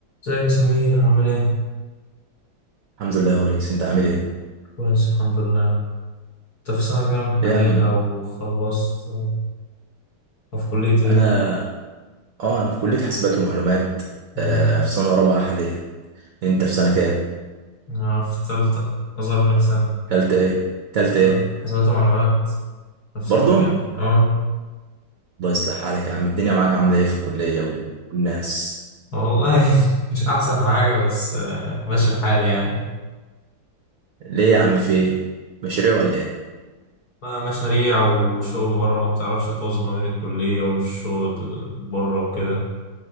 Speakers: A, on the left; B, on the right.
A: ازيك يا سمير عامل ايه؟
B: الحمد لله يا ريس انت عامل ايه
A: كويس الحمد لله انت في سنة كام حاليا
B: ايه يا عم
A: او خلصت او في كلية ايه؟
B: انا اه انا في كلية حاسبات ومعلومات
A: امم
B: آه في سنة رابعة حاليا انت في سنة كام
A: انا في تالتة اصغر منك سنة
B: تالتة ايه تالتة ايه
A: لا، حسابات ومعلومات نفس
B: برضه
A: المجال اه
B: الله يصلح حالك يا عم الدنيا معاك عاملة ايه في الكلية وال- والناس
A: والله <laughs> مش احسن حاجة بس آه، ماشي الحال يعني
B: ليه يا عم في ايه مشاريع ولا ايه
A: ما- مشاريع وشغل بره ما بتعرفش توازن ما بين الكلية والشغل بره وكده